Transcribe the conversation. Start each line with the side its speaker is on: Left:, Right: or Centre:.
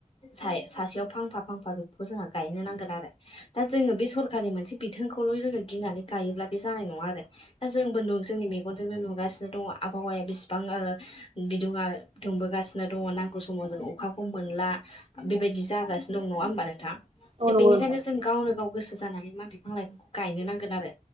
Left: सा- सासेयाव फांफा फांफा बेखौ जोंहा गायनो नांगोन आरो। दा जोङो बे सरकारि मोनसे बिथोनखौल' जोङो गिनानै गायोब्ला बे जानाय नङा आरो दा जोंबो नु जोंनि मेगन मेगनजोंनो नुगासिनो दङ आबहावाया बिसिबां ओ बिदुङा दुंबोगासिनो दङ ना। नांगौ समाव जों अखाखौ मोनला बेबायदि जागासिनो दं नङा होमबा नोंथां?
Right: औ नंगौ
Left: बेनिखायनो
Right: नोंथां
Left: जों गावनो गाव गोसो जानानै मा बिफां लाइफांखौ गायनो नांगोन आरो